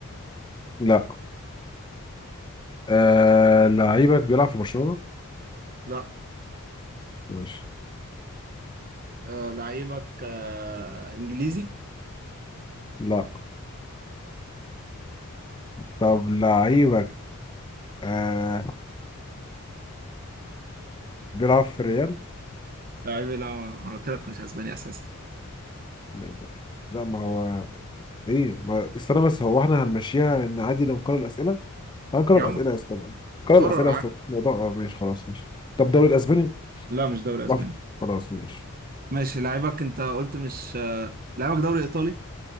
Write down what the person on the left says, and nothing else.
لا آه لعيبك بيلعب في برشلونة
ماشي
لا طب لعيبك آه بيلعب في ريال
لا لا، ما هو ايه ما... استنى بس هو احنا هنمشيها ان عادي لو نكرر الاسئله هنكرر
الاسئله
يا اسطى بقى. نكرر
الاسئله
يا اسطى الموضوع اه ماشي خلاص ماشي طب دوري الاسباني
بيلعب في- خلاص ماشي